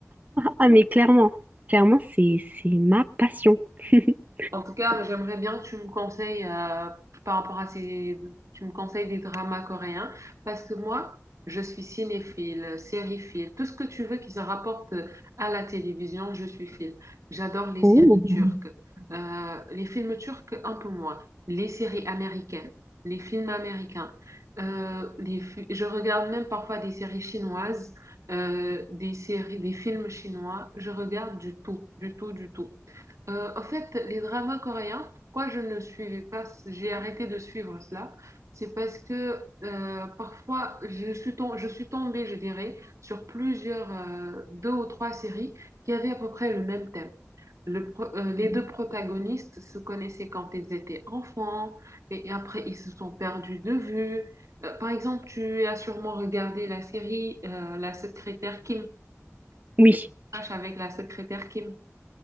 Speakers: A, on the right (about 30°); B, on the right (about 75°).
A: ah, mais clairement, clairement, c'est, c'est ma passion. <laughs>
B: En tout cas, j'aimerais bien que tu me conseilles euh, par rapport à ces, tu me conseilles des dramas coréens parce que moi, je suis cinéphile, sériephile, tout ce que tu veux qui se rapporte à la télévision, je suis file. J'adore les
A: Oh.
B: séries turques, Euh, les films turcs un peu moins, les séries américaines, les films américains. Euh, les fi- je regarde même parfois des séries chinoises, euh, des séries, des films chinois. Je regarde du tout, du tout, du tout. Euh, en fait, les dramas coréens, pourquoi je ne suivais pas, j'ai arrêté de suivre cela, c'est parce que euh, parfois je suis tom- je suis tombée, je dirais, sur plusieurs, euh, deux ou trois séries qui avaient à peu près le même thème. Le pro- euh, les deux protagonistes se connaissaient quand ils étaient enfants et, et après ils se sont perdus de vue. Euh, par exemple, tu as sûrement regardé la série euh, La secrétaire Kim,
A: Oui,
B: qui marche avec la secrétaire Kim.